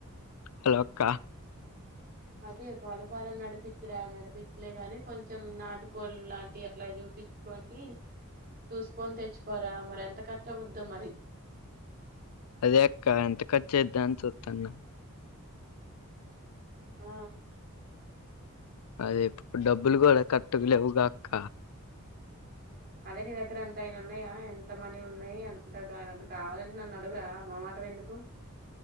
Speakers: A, on the left; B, on the right.
A: హలో అక్క
B: అదే కోలఫారం నడిపించురా నడిపించులే గాని కొంచెం నాటుకోళ్ళు లాంటి అట్లా చూ చుప్పించుకొని చూసుకొని తెచ్చుకోరా మరి ఎంత ఖర్చు అవుద్దో మరి
A: అదే అక్క ఎంత ఖర్చ అయిద్ధ అని చూత్తన
B: ఆ
A: అదేప్పుడు డబ్బులు గూడా కట్టగాలేవుగ అక్క
B: అదే నీ దగ్గర ఎంత అయినా ఉన్నాయా ఎంత మనీ ఉన్నాయి అంతగ ఏవన్న కావాలంటే నన్ను అడుగురా మో తువ ఎందుకు